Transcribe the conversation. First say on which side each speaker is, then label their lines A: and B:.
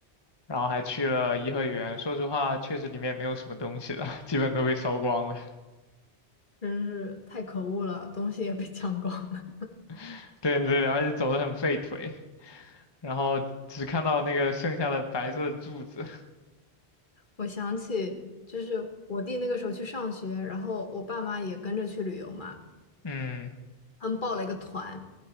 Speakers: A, on the left (about 25°); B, on the left (about 50°).
A: 然后还去了颐和园。说实话，确实里面没有什么东西了，基本都被烧光了。
B: 真是太可恶了，东西也被抢光了。
A: <laughs> 对对对，而且走得很费腿，然后只看到那个剩下的白色的柱子。
B: 我想起就是我弟那个时候去上学，然后我爸妈也跟着去旅游嘛。
A: 嗯。
B: 他们报了一个团，